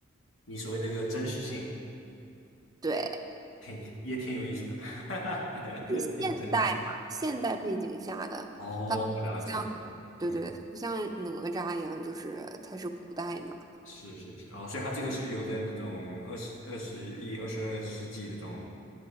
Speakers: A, on the left; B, on the right.
A: 你所谓的这个真实性，
B: 对，
A: 挺也挺有意思的，<laughs> 哈哈哈
B: 是现代嘛，
A: 挺真实。
B: 现代背景下的，
A: 哦，
B: 它不是像，
A: 我了解了，
B: 对对，
A: 嗯。
B: 对，不像哪吒一样，就是它是古代嘛，
A: 是是是，哦，所以他这个是有在那种二十二十一、二十二世纪这种